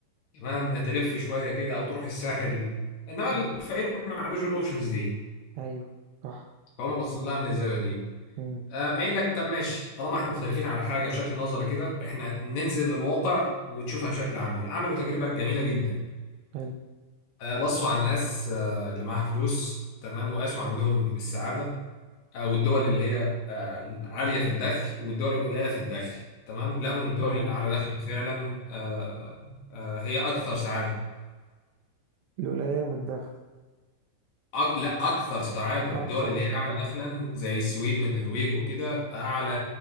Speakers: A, on the left (about 60°); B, on the right (about 80°).
A: تمام تلف شويه كده او تروح الساحل انما
B: مم.
A: الفقير ما عندوش الاوبشنز دي
B: أيوه صح
A: فهم باصين لها من الزاويه دي
B: مم.
A: قام قايل لك طب ماشي طالما احنا مختلفين على حاجه بشكل نظري كده احنا ننزل للواقع ونشوفها بشكل عملي عملوا تجربه جميله جدا
B: حلو
A: آه، بصوا على الناس آه، اللي معاها فلوس تمام وقاسوا عندهم السعاده او الدول اللي هي آه، عاليه في الدخل والدول القليله في الدخل تمام لقوا ان الدول
B: تمام
A: الاعلى دخلا فعلا آه، آه، هي اكثر سعاده
B: الولاية من الدخل
A: أك... لا اكثر سعاده
B: أكثر
A: الدول اللي
B: سهل
A: هي اعلى دخلا زي السويد والنرويج وكده اعلى